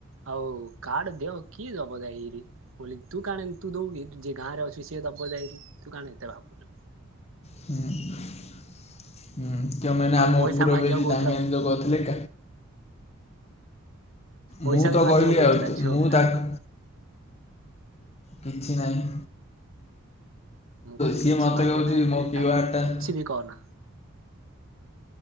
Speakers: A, on the right; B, on the left.
A: ଆଉ କାର୍ଡ ଦେଅ କିଏ ଦବ ଯାଇକିରି ବୋଲି ତୁ କାଣ ତୁ ଦଉ କିି ଯିଏ ଗାଁ ରେ ଅଛି ସିଏ ଦବ ଯାଇକିରି ତୁ କାଣ ଏତେ ଭାବୁଛୁ।
B: ହୁଁ ହୁଁ। ଯୋଉମାନେ
A: ଆହୁରି
B: ଆମ
A: ପଇସା
B: ଉପର
A: ମାଗିବାକୁ
B: ବି ଏ ଯୋଉ
A: କହୁଥିଲା
B: <unintelligible> କରୁଥିଲେ।
A: ପଇସା
B: ମୁଁ ତ
A: ବି ମାଗିବାକୁ
B: କହିଲି
A: କହୁଥିଲା
B: ଆଉ
A: ଝିଅ
B: ମୁଁ
A: ପିଲାମାନଙ୍କୁ।
B: ତାକୁ କିଛି ନାହିଁ।
A: ମୁଁ କହିଲି
B: ସିଏ
A: କିଛି
B: ମୋତେ
A: ମାଗେ
B: କହୁଛି
A: ନା ଏବେ
B: ମୋ କ୍ୟୁଆର୍ଟା
A: ତାଙ୍କୁ କିଛି ବି କହନା।